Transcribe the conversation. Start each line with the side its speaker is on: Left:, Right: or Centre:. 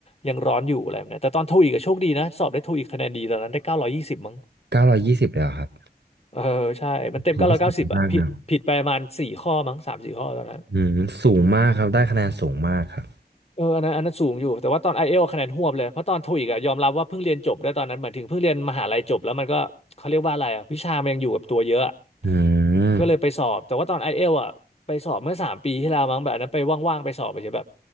Left: ยังร้อนอยู่อะไรแบบเนี้ยแต่ตอนโทอีกก็โชคดีนะสอบได้โทอีกคะแนนดีตอนนั้นได้เก้าร้อยยี่สิบมั้ง
Right: เก้าร้อยยี่สิบเลยเหรอครับ
Left: เออใช่มันเต็มเก้าร้อยเก้าสิบอะผิดผิดไปประมาณสี่ข้อมั้งสามสี่ข้อตอนนั้น
Right: ถือว่าสูงมากนะอืมสูงมากครับได้คะแนนสูงมากครับ
Left: เอออันนั้นอันนั้นสูงอยู่แต่ว่าตอนไอเอลคะแนนหวบเลยเพราะตอนโทอีกอะยอมรับว่าเพิ่งเรียนจบได้วยตอนนั้นเหมือนถึงเพิ่งเรียนมหาลัยจบแล้วมันก็เขาเรียกว่าอะไรอะวิชามันยังอยู่กับตัวเยอะอะ
Right: อืม
Left: ก็เลยไปสอบแต่ว่าตอนไอเอลอะไปสอบเมื่อสามปีที่แล้วมั้งแบบอันนั้นไปว่างๆไปสอบไปเฉยแบบ